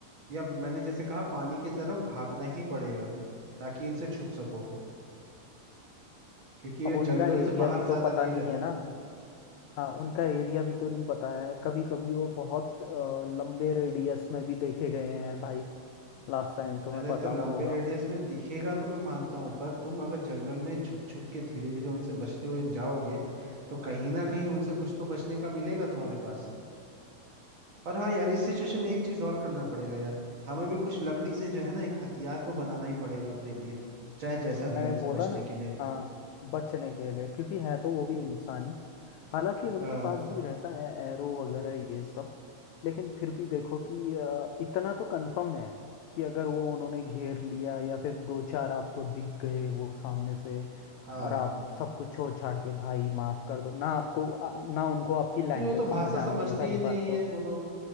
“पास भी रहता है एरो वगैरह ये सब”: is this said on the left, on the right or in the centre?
Left